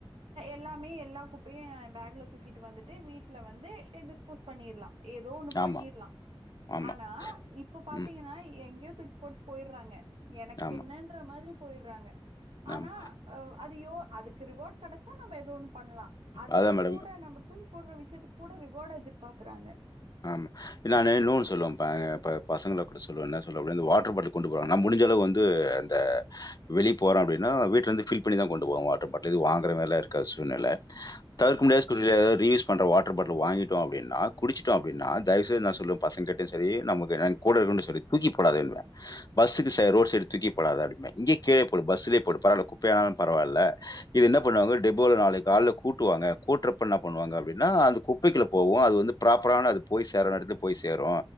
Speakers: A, on the right; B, on the left.
A: எல்லாமே எல்லா குப்பையு எ பேக்ல தூக்கிட்டு வந்துட்டு வீட்ல வந்து டிஸ்போஸ் பண்ணிட்லா ஏதோ ஒன்னு
B: ஆமா,
A: பண்ணிரலா
B: ஆமா.
A: ஆனா இப்ப பாத்தீங்கன்னா
B: ம்.
A: எங்கயோ தூக்கி போட்டு போய்றாங்க எனக்கு
B: ஆமா,
A: என்னன்ற மாரி போய்டுறாங்க ஆனா
B: ஆமா.
A: அ அது யோ அதுக்கு ரிவார்ட் கிடச்சா நம்ம ஏத ஒண்ணு பண்ணலா அதுக்கு
B: அதான் மேடம்.
A: கூட நம்ம தூக்கி போடுற விஷயத்துக்கு கூட ரிவார்ட் எதிர்பாக்குறாங்க
B: ஆமா நானு னோ ன்னு சொல்லுவப்பா பசங்கல கூட சொல்லுவே என்ன சொல்லுரே அப்டினா இந்த வாட்டர் பாட்டில கொண்டு போவாங்க நா முடிஞ்சளவு வந்து இந்த வெளியே போறோ அப்டினா வீட்ல இருந்து ஃபில் பண்ணி தா கொண்டு போவோ வாட்டர் பாட்ல இது வாங்கற வேல இருக்க சூழ்நில தவிர்க்க முடியாத சூழ்நிலையில ரீயூஷ் பண்ற வாட்டர் பாட்டில் வாங்கிட்டோ அப்டின்னா குடிச்சிட் டோ அப்டின்னா தயவு செய்து நா சொல்லுவே பசங்க கிட்டையு சேரி நமக்கு கூட இருகவுன்னு டையு சேரி தூக்கி போடாதை ன்றுவே பஸ்ஸுக்கு ரோட் சைடு தூக்கி போடாத அப்டின்பே இங்கே கிழே போடு பஸ்லேயே போடு பரவால குப்பையானாலு பரவல்ல இது என்ன பண்ணுவாங்க
A: ம்
B: டெபோல நாளைக்கு காலைல கூட்டுவாங்க கூட்றப்ப என்ன பண்ணுவாங்க அப்டின்னா அந்த குப்பைகுள்ளே போவு அது வந்து ப்ராப்பரான அது போய் சேர இடத்துக்கு போய் சேரு